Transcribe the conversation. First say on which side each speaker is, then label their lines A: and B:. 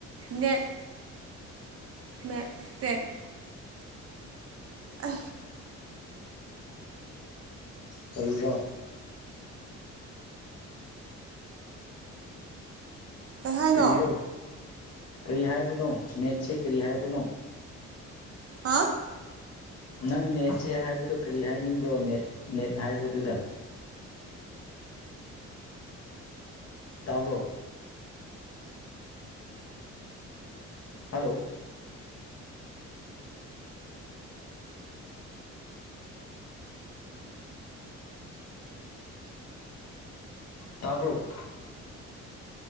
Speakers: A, on the right; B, on the left.
A: ꯅ ꯃ ꯇꯦꯛ ꯑ
B: ꯇꯟꯂ
A: ꯀꯩ ꯍꯥꯏꯅꯣ
B: ꯀꯔꯤꯔꯣ ꯀꯔꯤ ꯍꯥꯏꯕꯅꯣ ꯅꯦꯠꯁꯦ ꯀꯔꯤ ꯍꯥꯏꯕꯅꯣ
A: ꯍꯥ
B: ꯅꯪ ꯅꯦꯠꯁꯦ ꯍꯥꯏꯕꯗꯣ ꯀꯔꯤ ꯍꯥꯏꯅꯤꯡꯕ꯭ꯔꯣ ꯅꯦꯠ ꯅꯦꯠ ꯍꯥꯏꯕꯗꯨꯗ ꯇꯥꯕ꯭ꯔꯣ ꯍꯜꯂꯣ ꯇꯥꯕꯨꯛ